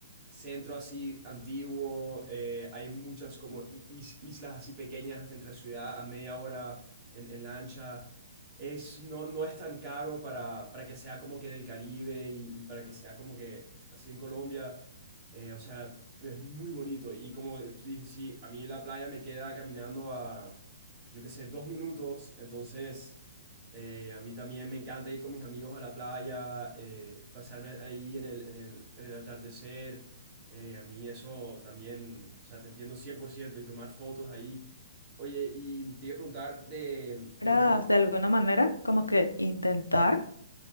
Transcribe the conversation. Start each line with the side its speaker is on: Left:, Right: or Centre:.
Right: centro así antiguo. eh, hay muchas como i- is- islas así pequeñas al frente de la ciudad a media hora en, en lancha. Es, no, no es tan caro para, para que sea como que en el Caribe y, y para que sea como que así en Colombia. Eh, o sea, es muy bonito. Y como dije, sí, a mí la playa me queda caminando a yo qué sé, dos minutos. Entonces, eh, a mí también me encanta ir con mis amigos a la playa, eh, pasarme ahí en el, en el, en el atardecer. Eh, a mí eso también, o sea, te entiendo 100% y tomar fotos ahí. Oye, y te iba a preguntar de, de
Left: era
Right: los libros.
Left: de alguna manera como que intentar?